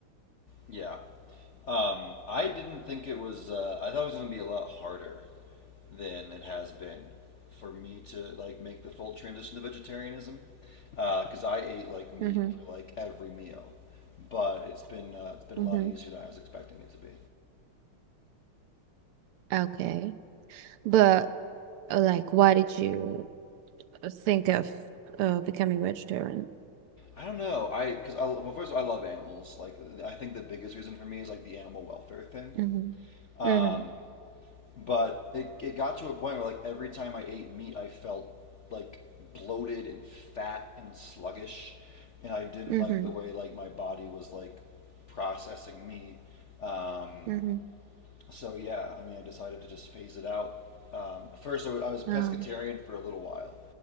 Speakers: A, on the left (about 75°); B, on the right (about 90°).
A: Yeah. Um, I didn't think it was. Uh, I thought it was going to be a lot harder than it has been for me to like make the full transition to vegetarianism because uh, I ate like meat
B: Mm-hmm.
A: for like every meal, but it's been uh, it's been a
B: Mm-hmm.
A: lot easier than I was expecting it to be.
B: Okay. But uh, like why did you think of uh becoming vegetarian?
A: I don't know. I because well, first of all, I love animals. Like I think the biggest reason for me is like the animal welfare thing.
B: Mm-hmm.
A: Um,
B: Mm-hmm.
A: But it, it got to a point where like every time I ate meat, I felt like bloated and fat and sluggish, and I didn't
B: Mm-hmm.
A: like the way like my body was like processing meat. Um,
B: Mm-hmm.
A: so yeah, I mean, I decided to just phase it out. Um, first, I wa- I was pescatarian
B: Oh.
A: for a little while,